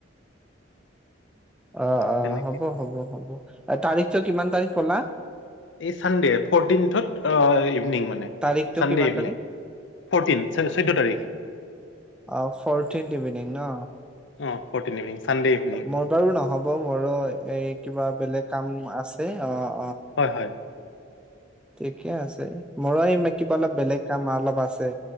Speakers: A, in the centre; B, on the left.
A: অ অ
B: তেনেকে
A: হ'ব হ'ব হ'ব তাৰিখটো কিমান তাৰিখ ক'লা
B: এই চানডে ফৰটিনথত ইভিনিং মানে
A: তাৰিখটো
B: চানডে
A: কিমান
B: ইভিনিং
A: তাৰিখ
B: ফৰটিন চৈধ্য তাৰিখ
A: অহ', ফৌৰটিন ইভিনং ন। অহ',
B: অ ফৰটিন ইভিনিং চানডে ইভিনিং
A: মোৰ বাৰু নহব মোৰো এই কিবা বেলেগ কাম আছে অহ',।
B: হয় হয়
A: ঠিকে আছে মোৰো কিবা অলপ বেলেগ কাম অলপ আছে।